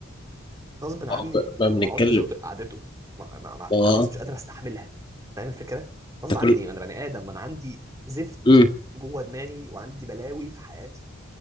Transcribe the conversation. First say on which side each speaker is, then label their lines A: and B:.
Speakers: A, on the right (about 15°); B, on the left (about 25°).
A: غصب عني
B: اه بقى بقى
A: ما
B: بنتكلم
A: ما عدتش خاطئ قعدته ما, ما, ما
B: اه
A: ما خلاص مش قادر استحملها فاهم الفكره
B: انت
A: غصب عني
B: كل
A: ما انا بني ادم وانا عندي زفت
B: مم.
A: جوه دماغي وعندي بلاوي في حياتي